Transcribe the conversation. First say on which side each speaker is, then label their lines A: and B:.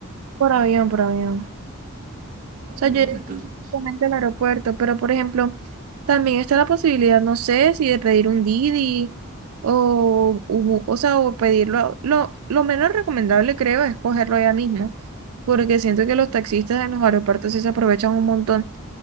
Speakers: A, on the right; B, on the right.
A: por avión, por avión.
B: Oh,
A: sea,
B: bueno,
A: yo llegué
B: entonces,
A: directamente al aeropuerto, pero por ejemplo, también está la posibilidad, no sé, si de pedir un Didi o, u- o sea, o pedirlo. Lo, lo menos recomendable, creo, es cogerlo ya mismo, porque siento que los taxistas en los aeropuertos sí se aprovechan un montón,